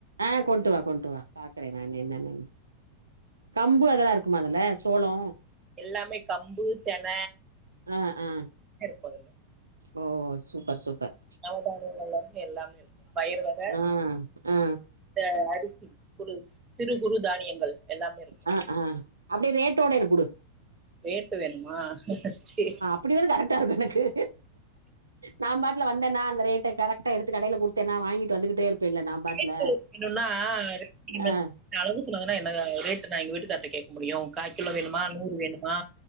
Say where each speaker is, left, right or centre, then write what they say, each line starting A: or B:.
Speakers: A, on the right; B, on the right.
A: ஆ கொண்ட்டு வா கொண்ட்டு வா பாக்குற நா என்னன்னு கம்பு அதெல்லா இருக்குமா அதுல சோளோ
B: எல்லாமே கம்பு தென
A: ஆ ஆ
B: இருக்கு அது
A: ஓ சூப்பர் சூப்பர்
B: நவாதானியங்காலிருந்து எல்லாமே இருக்கு பயிரு வக
A: ஆ ஆ
B: இந்த அடிக்கி குறு சிறு குறு தானியங்கள் எல்லாமே இருக்
A: ஆ ஆ அப்டே ரேட்டோட எனக் குடு
B: ரேட்டு வேணுமா சேர்
A: அப்படிதான கரெக்ட்டா இருக்கு எனக்கு நா பாட்ல வந்தனா அந்த ரேட்ட கரெக்ட்டா எடுத்து கடையல குடுத்தேனா வாங்கிட்டு வந்துகிட்டே இருப்பேல்ல நா பாட்ல
B: ரேட்டு வேணும்னா நீங்க
A: ஆ
B: அளவு சொன்னாதான என்ன ரேட்டு நா எங்க வீட்டுக்கார்ட்ட கேக்க முடியு கால்கிலோ வேணுமா நூறு வேணுமா